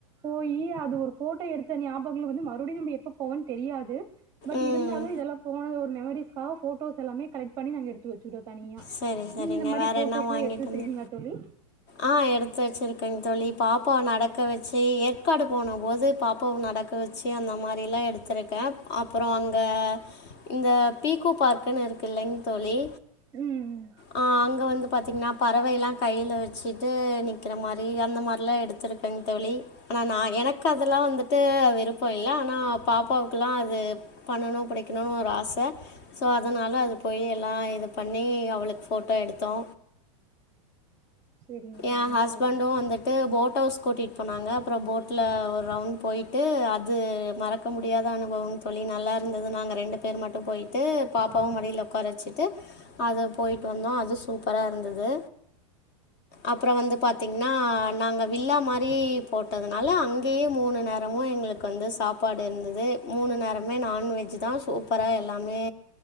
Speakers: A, on the right; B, on the left.
A: போயி அது ஒரு ஃபோட்டோ எடுத்த ஞாபகங்கள் வந்து மறுப்டியு நம்ம எப்ப போவோன் தெரியாது பட்
B: ம்
A: இருந்தாலு இதெல்லா போன ஒரு மெமரிஸ்காக ஃபோட்டோஸ் எல்லாமே கலெக்ட் பண்ணிநாங்க எடுத்து வச்சுட்டோ தனியா
B: சரி சரிங்க
A: நீங்க இந்த மாரி
B: வேறு
A: ஃபோட்டோஸ்லா
B: என்ன வாங்கிட்டு
A: எடுத்து வச்சிருக்கீங்ளா
B: வந்து
A: தோழி
B: ஆ எடுத்து வச்சிருக்கேங் தோழி பாப்பாவ நட க்க வச்சு ஏற்காடு போன போது பாப்பாவ நடக்க வச்சு அந்த மாரிலா எடுத்திருக்கே அ ப்றோ அங்க இந்த பீக்கு பார்க்குனு இருக்குல்லைங் தோழி
A: ம் ம்
B: ஆ அங்க வந்து பாத்தீங்கன்னா பறவயெல்லா கைல வச்சிட்டு நிக்கிற மாரி அந்த மார்லா எடு த்திருக்கேங் தோழி ஆனா நா எனக்கு அதெல்லா வந்துட்டு விருப்போ இல்ல ஆனா பாப்பாவுக்கல்லா அது பண்ணணு புடிக்கணுன் ஒரு ஆச ஸோ அதனால அது போய் எல்லா இது பண்ணி அவ்ள ஃபோட்டோ எடுத்தோ
A: செரிங்க செரிங்க
B: எ ஹஸ்பண்டு
A: தோழி
B: அந்த ட்டு போட்டவுஸ் கூட்டிட்டு போனாங்க அப்றோ போட்ல ஒரு ரவுண்ட் போய்ட்டு அ து மறக்க முடியாத அனுபவம் தோழி நல்லாருந்தது நாங்க ரெண்டு பேர் மட்டு போய்ட்டு பாப்பாவு
A: ஆ
B: மடில ஒக்கார வச்சு ட்டு அத போய்ட்டு வந்தோ அது சூப்பராருந்தது அப்றோ வந்து பாத்தீங்கன்னா நாங்க வில்லா மாரி போட்டதுனால அங்கயே மூணு நேரமு எங்களுக்கு வந்து சாப்பா டு இருந்தது மூணு நேரமே நான்வெஜ் தா சூப்பரா எல்லாமே